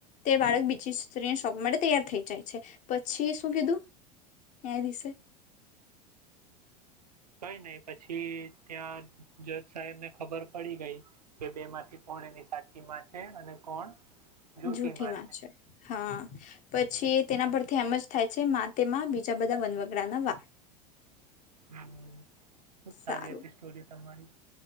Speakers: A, on the left; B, on the right.
A: તે બાળક બીજી સ્ત્રીને સોંપવા માટે તૈયાર થઈ જાય છે, પછી શું કીધું ત્યા દસે
B: કઈ નઈ પછી ત્યાં જજ સાહેબ ને ખબર પડી ગઈ કે બે માંથી કોણ એની સાચી માં છે અને કોણ જૂઠી
A: જૂઠીમાં
B: માં
A: છે હા. પછી તેના પરથી એમ જ થાય છે મા તેમાં બીજા બધા વનવગડાના વા.
B: હમ ખુબ
A: સારું
B: સારી હતી સ્ટોરી તમારી.